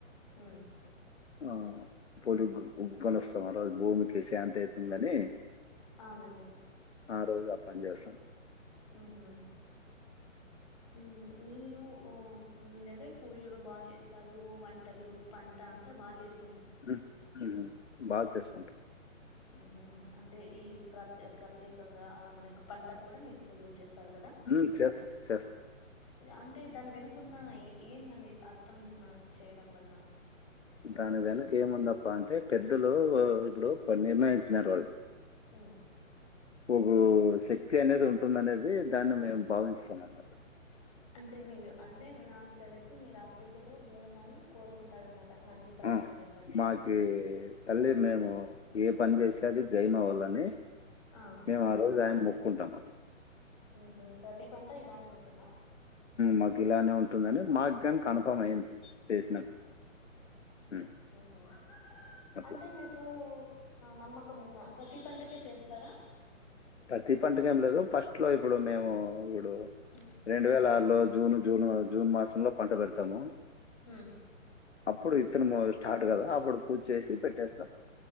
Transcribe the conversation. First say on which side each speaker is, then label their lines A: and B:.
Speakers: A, on the left; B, on the left.
A: ఉమ్
B: ఆ పొలుగు పొనిస్తాం ఆ రోజు భూమికి శాంతి అవుతుందని
A: అవునండి
B: ఆ రోజు ఆ పని చేస్తా
A: ఉహు.. ఆమ్ మీరు హ మీరైతే పూజలు బాగా చేస్తారు వంటలు పంట అంతా బాగా చేస్
B: <unintelligible> బాగా చేసుకుంటం
A: ఉమ్ హ్మ్ అంటే ఈ ప్రత్య ప్రత్యేకంగా మనకి పంటకు కూడా మీరు పూజలు చేస్తారు కదా
B: హు చేస్తాం చేస్తాం
A: అంటే దాని వెనుకున్న ఏమనేది అర్థం మనం చేయడం వల్ల
B: దాని వెనక ఏముందప్ప అంటే పెద్దలు ఇప్పుడు నిర్ణయించినారు వాళ్ళు
A: ఉమ్
B: ఒక శక్తి అనేది ఉంటుందనేది దాన్ని మేము భావింస్తాం అన్నమాట
A: అంటే మీరు అంటే నాకు తెలిసి మీరు ఆ పూజలో భూమిని కోరుకుంటారనమాట మంచి పంటలనివ్వండి
B: ఆ మాకి తల్లి మేము ఏ పని చేస్తే అది జయం అవ్వాలని
A: ఆ
B: మేము ఆ రోజు ఆయన మో కుంటామట్ల
A: హు.. ప్రతి పంట ఇలానే ఉంటుందా
B: మాకు ఇలానే ఉంటుందండి మాకుగానీ కన్ఫర్మ్ అయిది చేసినాక ఉమ్
A: ఓహో
B: అట్లా
A: అంటే మీకు ఆ నమ్మకమున్న ప్రతి పంటకీ చేస్తారా
B: ప్రతి పంటకు ఏం లేదు ఫస్ట్ లో ఇప్పుడు మేము ఇప్పుడు
A: ఉమ్
B: రెండు వేల ఆరులో జూన్ జూన్ జూన్ మాసంలో పంట పెడతము
A: హ్మ్
B: అప్పుడు విత్తనము స్టార్ట్ కదా అప్పుడు పూజ చేసి పెట్టేస్తాం